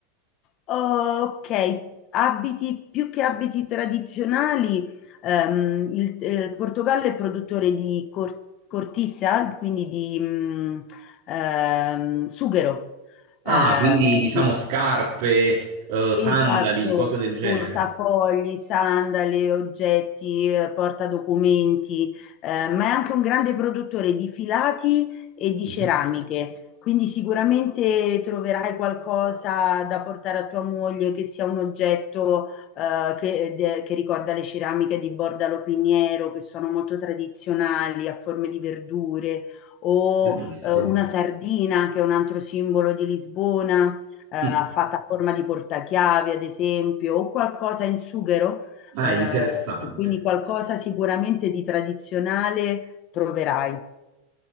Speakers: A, on the left; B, on the right.
A: Ok, abiti, più che abiti tradizionali, ehm, il, eh, il Portogallo è produttore di cor- cortisa, quindi di mm, ehm, sughero.
B: Ah,
A: Eh,
B: quindi diciamo
A: sì.
B: scarpe, eh, sandali,
A: Esatto,
B: cose del genere.
A: portafogli, sandali, oggetti, eh, portadocumenti, eh, ma è anche un grande produttore di filati e di
B: Mhm.
A: ceramiche, quindi sicuramente troverai qualcosa da portare a tua moglie che sia un oggetto eh, che, de- che ricorda le ceramiche di Bordalo Piniero, che sono molto tradizionali, a forme di verdure, o
B: Bellissimo.
A: eh, una sardina, che è un altro simbolo di Lisbona eh,
B: Mm.
A: fatta a forma di portachiavi, ad esempio, o qualcosa in sughero,
B: Ah,
A: eh,
B: è interessante.
A: quindi qualcosa sicuramente di tradizionale troverai.